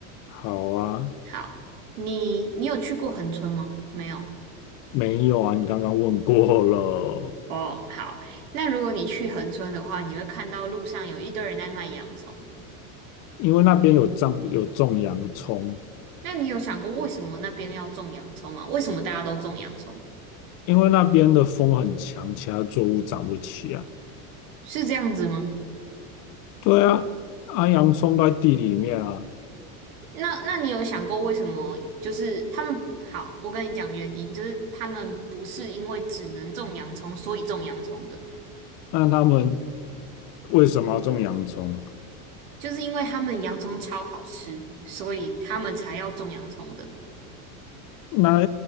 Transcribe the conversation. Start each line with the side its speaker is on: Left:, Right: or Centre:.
Left: 好啊，
Right: 好，你你有去过恒村吗？没有。
Left: 没有啊，你刚刚问过了，
Right: 哦，好。那如果你去恒村的话，你会看到路上有一堆人在卖洋葱。
Left: 因为那边有种有种洋葱，
Right: 那你有想过为什么那边要种洋葱吗？为什么大家都种洋葱？
Left: 因为那边的风很强，其他作物长不起来。
Right: 是这样子吗？
Left: 对啊，啊，洋葱都在地里面啊，
Right: 那那你有想过为什么？就是他们好，我跟你讲原因，就是他们不是因为只能种洋葱，所以种洋葱的，
Left: 那他们为什么要种洋葱？
Right: 就是因为他们洋葱超好吃，所以他们才要种洋葱的。
Left: 那